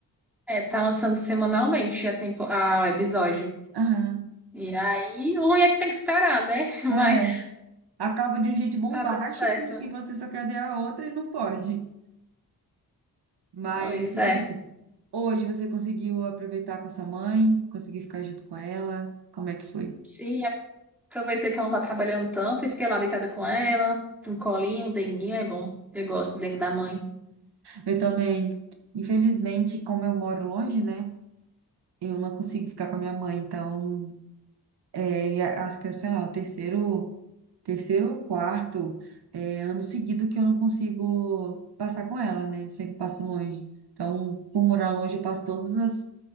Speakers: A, in the centre; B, on the right (about 85°).
A: É, tá lançando semanalmente a tempo, a, o episódio.
B: Aham.
A: E aí, o ruim é que tem que esperar, né? <laughs> Mas
B: É, acaba de um jeito bombástico
A: tá dando certo.
B: e você só quer ver a outra e não pode. Mas,
A: Pois
B: tipo
A: é.
B: assim, hoje você conseguiu aproveitar com a sua mãe, conseguiu ficar junto com ela. Como é que foi?
A: Sim, aproveitei que ela não tá trabalhando tanto e fiquei lá deitada com ela, um colinho, um denguinho, é bom. Eu gosto do dengue da mãe.
B: Eu também, infelizmente, como eu moro longe, né? Eu não consigo ficar com a minha mãe, então é, e a- acho que, é, sei lá, o terceiro, terceiro ou quarto é, ano seguido que eu não consigo passar com ela, né? Sempre passo longe. Então, por morar longe, eu passo todas as